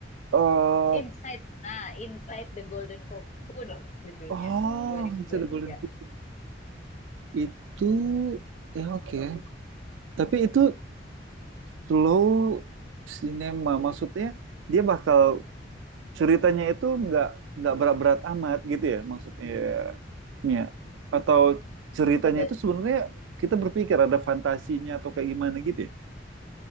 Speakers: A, on the right; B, on the left.
A: eh
B: Inside. Nah, Inside the Golden Cocoon judulnya.
A: oh,
B: 2023.
A: masih ada Golden Kuku. Itu
B: Mm-mm.
A: ya oke. Tapi itu slow cinema maksudnya dia bakal ceritanya itu nggak nggak berat-berat amat gitu ya maksudnya ya. Atau ceritanya
B: Sebe-
A: itu sebenarnya kita berpikir ada fantasinya atau kayak gimana gitu ya. <laughs>